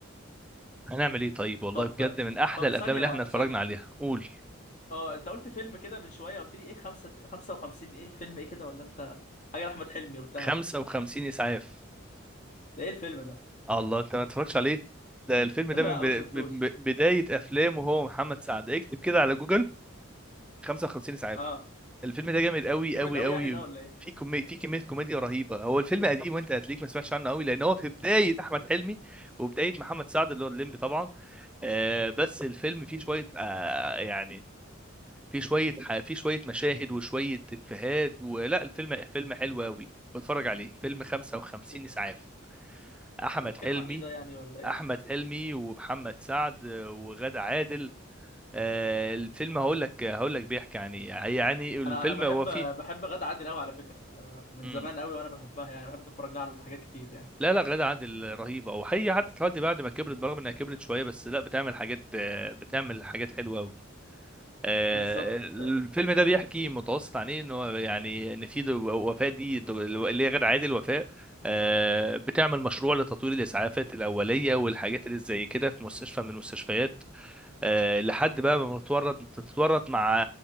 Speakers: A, in the centre; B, on the left.
A: هنعمل ايه طيب والله
B: طب
A: بجد من احلى
B: طب
A: الافلام
B: ثانيه
A: اللي
B: بقى
A: احنا اتفرجنا
B: ثانيه
A: عليها قول
B: اه انت قلت فيلم كده من شويه قلت لي ايه خمسة 55 ايه فيلم ايه كده ولا انت حاجه لاحمد حلمي قلتها
A: 55 اسعاف
B: ده ايه الفيلم ده
A: الله انت ما اتفرجتش عليه ده الفيلم ده
B: <laughs> لا
A: من ب...
B: ما
A: ب...
B: شفتوش
A: ب- بداية افلامه هو محمد سعد اكتب كده على جوجل 55 اسعاف
B: اه
A: الفيلم ده جامد قوي قوي
B: جامد قوي
A: قوي
B: يعني ده ولا ايه
A: في كمية في كمية كوميديا رهيبة هو الفيلم قديم وانت هتليك ما سمعتش عنه قوي لان هو في بداية احمد حلمي وبداية محمد سعد اللي هو الليمبي طبعا آه بس الفيلم فيه شوية آه يعني فيه شوية ح- فيه شوية مشاهد وشوية افيهات ولا الفيلم فيلم حلو قوي بتفرج عليه فيلم 55
B: بيت-
A: اسعاف احمد
B: بيتكلم
A: حلمي
B: عن ايه ده يعني ولا ايه
A: احمد حلمي ومحمد سعد وغادة عادل آه، الفيلم هقول لك هقول لك بيحكي عن ايه يعني الفيلم
B: انا انا بحب
A: هو فيه
B: بحب غادة عادل قوي على فكره آه من
A: مم.
B: زمان قوي وانا بحبها يعني بحب اتفرج لها على حاجات كتير يعني
A: لا لا غادة عادل رهيبة او هي حتى لحد بعد ما كبرت برغم انها كبرت شوية بس لا بتعمل حاجات آه، بتعمل حاجات حلوة قوي الفيلم
B: بالظبط
A: ده بيحكي متوسط عن ايه ان هو يعني ان في دو- وفاء دي دو- اللي هي غادة عادل وفاء آه، بتعمل مشروع لتطوير الاسعافات الاوليه والحاجات اللي زي كده في مستشفى من المستشفيات آه، لحد بقى ما تتورط تتورط مع